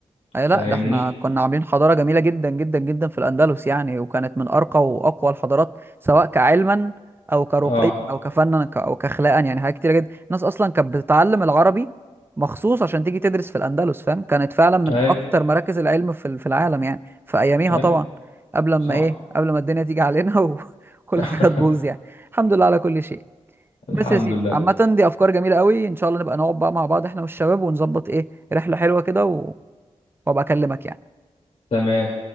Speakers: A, on the right; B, on the left.
A: اي
B: فاهمني
A: لا ده احنا كنا عاملين حضاره جميله جدا جدا جدا في الاندلس يعني وكانت من ارقى واقوى الحضارات سواء كعلما او كرقيا
B: اه
A: او كفنا ك- او كاخلاقا يعني حاجات كتيره جدا الناس اصلا كانت بتتعلم العربي مخصوص عشان تيجي تدرس في الاندلس فاهم كانت فعلا من
B: ايوه
A: اكتر مراكز العلم في ال- في العالم يعني في اياميها
B: ايوه
A: طبعا قبل ما
B: صح
A: ايه قبل ما الدنيا تيجي علينا <laughs> وكل
B: <laughs>
A: حاجه تبوظ يعني الحمد لله على كل شيء
B: الحمد
A: بس يا سيدي
B: لله
A: عامه دي افكار جميله قوي ان شاء الله نبقى نقعد بقى مع بعض احنا والشباب ونظبط ايه رحله حلوه كده و... وابقى اكلمك يعني
B: تمام